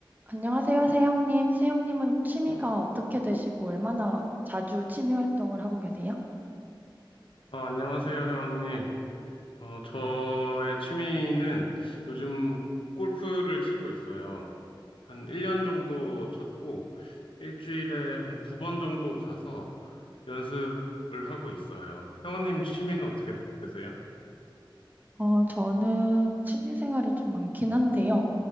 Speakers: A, on the right; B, on the left.
A: 안녕하세요, 세영님. 세영님은 취미가
B: 어,
A: 어떻게 되시고 얼마나 자주 취미 활동을 하고 계세요?
B: 아, 안녕하세요, 회원님. 어, 저의 취미는 요즘 골프를 치고 있어요. 한 1년 정도 쳤고, 일주일에 한 두 번 정도 가서 연습을 하고 있어요. 회원님 취미는 어떻게 되세요?
A: 어, 저는 취미 생활이 좀 많긴 한데요.